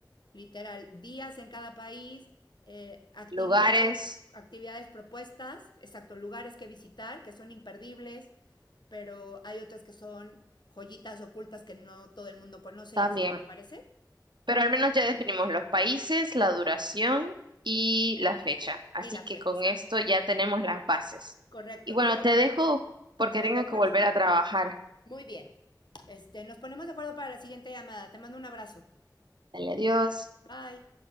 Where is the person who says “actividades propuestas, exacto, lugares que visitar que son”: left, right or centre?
Left